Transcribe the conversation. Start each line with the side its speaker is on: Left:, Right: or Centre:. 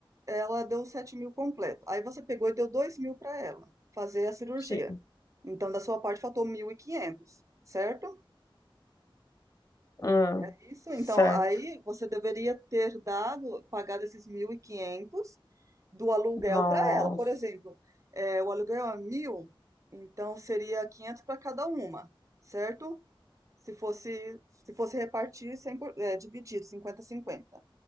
Right: ela deu 7 mil completo. Aí você pegou e deu 2 mil para ela fazer a cirurgia.
Left: Sim.
Right: Então, da sua parte, faltou 1.500, certo?
Left: Ah,
Right: É Isso,
Left: certo.
Right: então, aí você deveria ter dado, pagado esses 1.500 do aluguel
Left: Nossa.
Right: para ela. Por exemplo, é, o aluguel é 1.000. então seria 500 para cada uma, certo? se fosse, se fosse repartir, cem por- é, dividido, 50 cinquenta